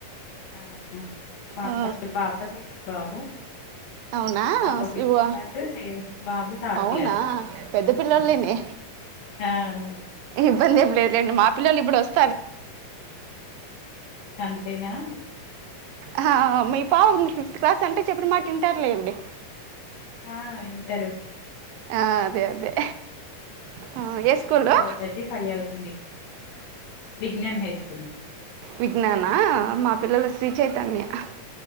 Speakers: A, on the left (about 75°); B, on the right (about 85°).
A: మ్మ్ హ్ మాకు
B: ఆ,
A: ఫస్ట్ పాప సెకండ్ బాబు
B: అవునా
A: పాప ఫిఫ్త్
B: ఇవ
A: క్లాసు సేమ్ బాబు థర్డ్
B: అవునా
A: క్లాసు
B: పెద్ద పిల్లలేనే
A: ఆ అవును
B: ఇబ్బంది ఏం లేదులేండి మా పిల్లలు ఇప్పుడు వొస్
A: అంతేనా
B: ఆ అమ్మాయి పావని ఫిఫ్త్ క్లాస్ అంటే చెప్పిన మాట తింటారు లేండి
A: ఆ వింటరు
B: ఆ అదే అదే ఆ, ఏ స్కూలు
A: ఫోర్ థర్టీ ఫైవ్ అవుతుంది విజ్ఞాన్ హై స్కూల్
B: విజ్ఞానా మా పిల్లలు శ్రీ చైతన్య హ్